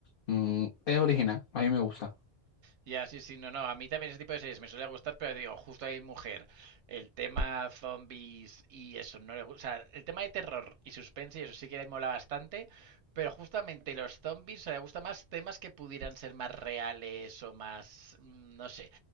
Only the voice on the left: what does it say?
Mm, es original, a mí me gusta.